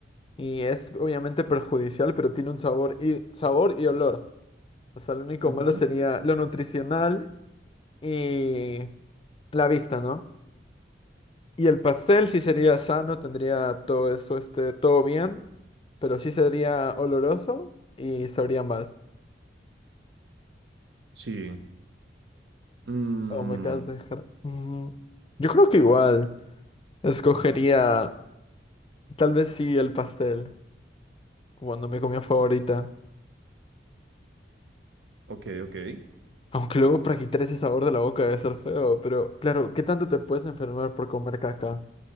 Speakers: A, on the left; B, on the right.
A: Y es obviamente perjudicial, pero tiene un sabor y sabor y olor. O sea, lo único
B: Ujú.
A: malo sería lo nutricional y la vista, ¿no? Y el pastel sí sería sano, tendría todo eso, este, todo bien, pero sí sería oloroso y sabría mal.
B: Sí. Mm,
A: Oh, me acabas de dejar. Mm, Yo creo que igual escogería, tal vez sí el pastel, cuando mi comida favorita.
B: ok, ok.
A: Aunque luego para quitar ese sabor de la boca debe ser feo, pero claro, ¿qué tanto te puedes enfermar por comer caca?